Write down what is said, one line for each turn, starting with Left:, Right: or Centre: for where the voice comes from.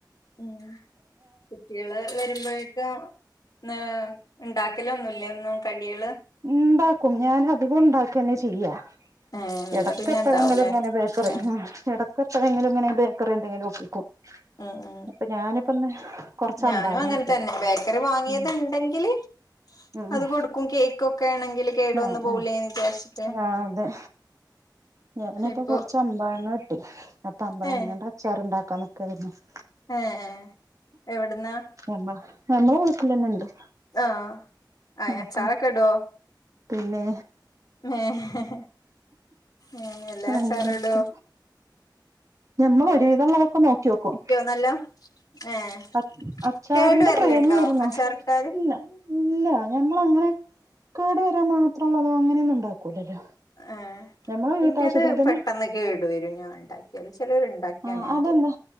Left: ഉം കുട്ടിള് വരുമ്പോഴേക്ക നാ ഇണ്ടാക്കലൊന്നുല്ലേ ഒന്നും കടിള്
Right: ഇണ്ടാക്കും. ഞാൻ അധികം ഇണ്ടാക്ക്ന്നെ ചെയ്യാ.
Left: ഏഹ് ഇന്ന്
Right: എടക്കെപ്പെയെങ്കിലും
Left: പിന്നെ ഇണ്ടാവൂലേ
Right: ഇങ്ങനെ ബേക്കറി
Left: ഉം
Right: ഹ് എടക്കെപ്പെയെങ്കിലും ഇങ്ങനെ ബേ <unintelligible> എന്തെങ്കിലും ഒപ്പിക്കും
Left: മ്ഹ് മ്ഹ്
Right: അപ്പൊ ഞാനിപ്പന്ന് കൊറച്ച്
Left: ഞാനും
Right: അമ്പാഴങ്ങ
Left: അങ്ങനെ
Right: കിട്ടി
Left: തന്നെ ബേക്കറി വാങ്ങിയത്
Right: ഉം
Left: ഇണ്ടെങ്കില്
Right: ഉം
Left: അത് കൊടുക്കും കേക്ക് ഒക് <unintelligible> കേടു
Right: ആഹ്
Left: വന്ന് പോവൂലേന്ന്
Right: ആഹ്
Left: വിചാരിച്ചിട്ട്
Right: ആഹ് അതെ ഞാനിപ്പോ
Left: ഇപ്പൊ
Right: കൊറച്ച് അമ്പഴങ്ങ അപ്പ അമ്പാഴങ്ങേൻ്റെ
Left: ഏഹ്
Right: അച്ചാറ്ണ്ടാ <unintelligible>
Left: ഏഹ് ഏഹ് എവിടുന്നാ
Right: ഞമ്മ ഞമ്മളെ വീട്ടിലന്നെ ഇണ്ട്
Left: ആഹ് ആ അച്ചാറൊക്കെ
Right: അപ്പൊ
Left: ഇടുവോ
Right: പിന്നെ
Left: ഏഹ് ഏഹ് എല്ലാ അച്ചാറിടോ
Right: അങ്ങനെയൊക്കെ ഞമ്മൾ ഒരു വിധള്ളതൊക്കെ നോക്കി നോക്കും
Left: നല്ലോ ഏഹ്
Right: അച്ച് അച്ചാറിന്റെ
Left: കേടു വരലുണ്ടോ
Right: പ്രേമിയായിരുന്നോ
Left: അച്ചാറിട്ടാല്
Right: ഇല്ല ഇല്ല ഞങ്ങൾ അങ്ങനെ കേടു വരാൻ മാത്രള്ളത അങ്ങനെയൊന്നും ഉണ്ടാക്കൂലല്ലോ
Left: ആ
Right: ഞമ്മളെ വീട്ടാവശ്യത്തിന്
Left: ഇൻ്റത്
Right: പിന്നെ
Left: പെട്ടെന്ന് കേടുവരും ഞാൻ ഇണ്ടാക്കിയാല് <unintelligible> ചിലരുണ്ടാക്കിയാൽ
Right: ആ
Left: അങ്ങനെ
Right: അതെന്താ
Left: തോന്ന